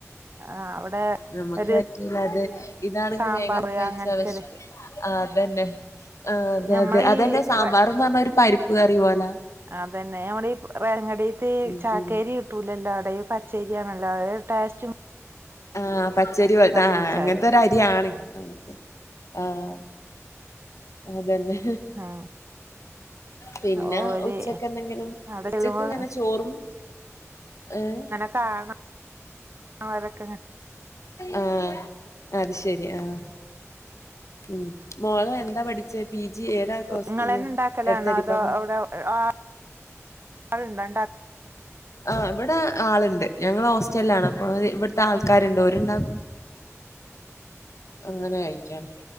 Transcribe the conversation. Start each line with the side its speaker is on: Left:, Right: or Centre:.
Right: ആഹ് അവിടെ
Left: നമക്ക്
Right: ഒരു
Left: പറ്റൂല അത്. ഇതാണെങ്കി
Right: സാമ്പാറ്
Left: വേഗം കഴിച്ചാൽ
Right: അങ്ങനത്തെക്കെ
Left: വിശക്കും. ആഹ്! അതന്നെ. ആഹ് അതെ
Right: ഞമ്മളീ
Left: അതെ അതന്നെ സാമ്പാർന്ന് പറഞ്ഞാ ഒരു പരിപ്പ് കറി പോലാ.
Right: അതന്നെ, നമ്മടെ ഈ റേഷൻ കാടെൽത്ത ഈ
Left: ഉം
Right: ചാക്കരി.
Left: ഉം
Right: ട്ടൂല്ലല്ലോ? അവിടെ ഈ പച്ചരിയാണല്ലാ? ഒരു ടെസ്റ്റും...
Left: ആഹ്! പച്ചരി പോലത്തെ, ആഹ്
Right: ഒഴിച്ചാല്
Left: അങ്ങനത്തെ ഒരു അരിയാണ് നമുക്ക് ആഹ്! അതന്നെ!
Right: ഉം
Left: പിന്നെ
Right: ഓര്
Left: ഉച്ചക്ക് എന്തെങ്കിലും.
Right: അവിടെ
Left: ഉച്ചക്ക്
Right: ചെല്ലുമ്പോ
Left: ഇങ്ങനെ ചോറും ഏഹ്?
Right: ന്താണ് അവരൊക്കെ
Left: ആഹ്! അത് ശരി! ആഹ്! ഉം മോളു എന്താ പഠിക ച്ചെ? പി ജി ഏതാ കോഴ്സ്
Right: ങ്ങളന്നെ
Left: ഇത്
Right: ണ്ടാക്കലാണോ?
Left: എടുത്ത ഡിപ്പാർട്ട്മെന്റ്
Right: അതോ അവിടെ ആൾ ഇണ്ട? ഇണ്ടാ
Left: ആഹ്! ഇവിടെ ആള്ണ്ട്. ഞങ്ങൾ ഹോസ്റ്റലിലാണ്. അപ്പൊ ഇവിടുത്തെ ആൾക്കാരുണ്ട്. ഓര്ണ്ടാ അങ്ങനെ കഴിക്കാണ്.